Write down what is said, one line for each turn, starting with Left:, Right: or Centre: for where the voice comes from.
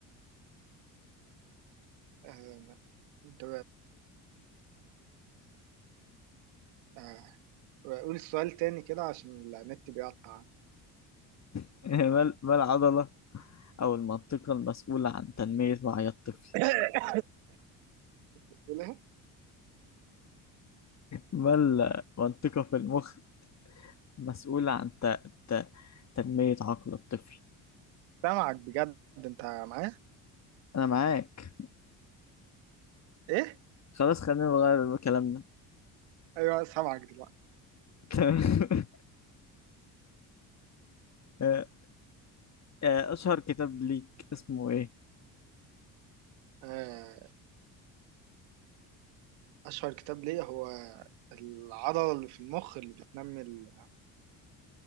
Right: آه انت آه، قول السؤال تاني كده عشان النت بيقطع
Left: <laughs> ما ال- ما العضلة أو المنطقة المسؤولة عن تنمية وعي الطفل
Right: <coughs> تقول ايه
Left: ما المنطقة في المخ مسؤولة عن ت... ت... تنمية عقل الطفل
Right: سامعك بجد انت معايا
Left: أنا معاك
Right: ايه
Left: خلاص خلينا نغير كلامنا
Right: ايوه سامعك دلوقتي
Left: <laughs> آه، آه، أشهر كتاب ليك اسمه إيه؟
Right: آه، اشهر كتاب ليا هو العضله اللي في المخ اللي بتنمي ال-